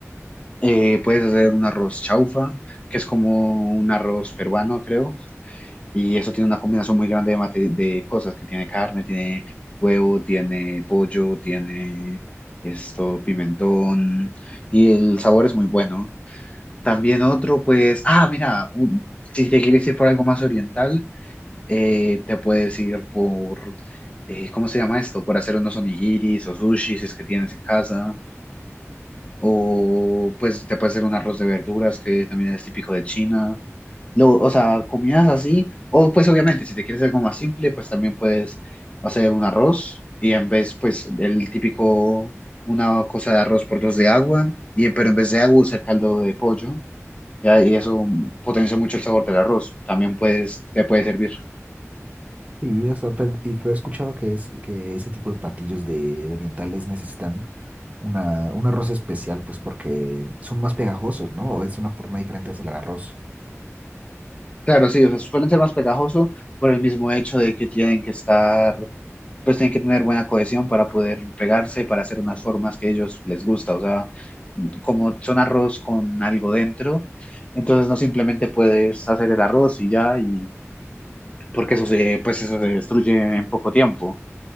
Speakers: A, on the left; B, on the right.
A: Eh, puedes hacer un arroz chaufa, que es como un arroz peruano, creo, y eso tiene una combinación muy grande de, mate- de cosas, que tiene carne, tiene huevo, tiene pollo, tiene esto, pimentón, y el sabor es muy bueno. También otro, pues, ah, mira, un- si te quieres ir por algo más oriental, eh, te puedes ir por, eh, ¿cómo se llama esto? Por hacer unos onigiris o sushis, si es que tienes en casa. O pues te puede hacer un arroz de verduras que también es típico de China. Lo, o sea, comidas así. O pues obviamente, si te quieres algo más simple, pues también puedes hacer un arroz y en vez, pues el típico, una cosa de arroz por dos de agua, y, pero en vez de agua usar caldo de pollo. Y, y eso potencia mucho el sabor del arroz. También puedes, te puede servir.
B: Y, o sea pero, y pero he escuchado que, es, que ese tipo de platillos de orientales necesitan. una, un arroz especial, pues porque son más pegajosos, ¿no? Es una forma diferente de hacer el arroz.
A: Claro, sí, o sea, suelen ser más pegajosos por el mismo hecho de que tienen que estar pues tienen que tener buena cohesión para poder pegarse, para hacer unas formas que a ellos les gusta. O sea, como son arroz con algo dentro, entonces no simplemente puedes hacer el arroz y ya, y porque eso se, pues eso se destruye en poco tiempo.